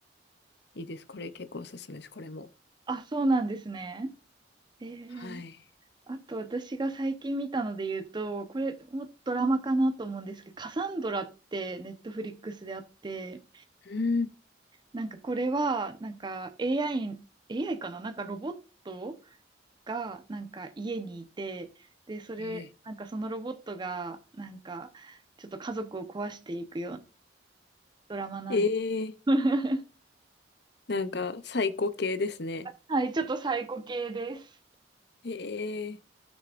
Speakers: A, on the left; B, on the right.
A: いいです。これ結構おすすめです、これも。
B: あ、そうなんですね。えー、
A: はい。
B: あと私が最近見たので言うと、これもドラマかなと思うんですけど、カサンドラってネットフリックスであって、
A: うん。
B: なんかこれは、なんか AI、AI かななんかロボットがなんか家にいて、で、それ、
A: え
B: なんかそのロボットが、なんかちょっと家族を壊していくようなドラマなんです。
A: ー、えー、
B: <laughs>
A: なんか、サイコ系ですね。
B: はい、ちょっとサイコ系です。
A: ええー、